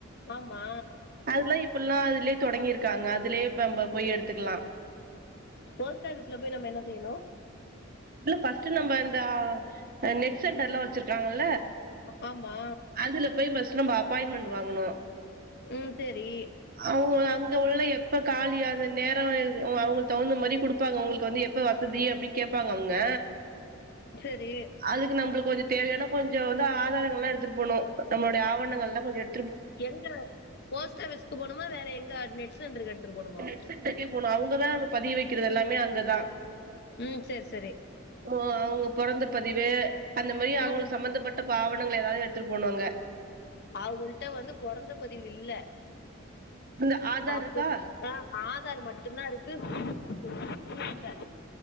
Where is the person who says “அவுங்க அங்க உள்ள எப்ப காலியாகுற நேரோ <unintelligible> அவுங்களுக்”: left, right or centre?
Right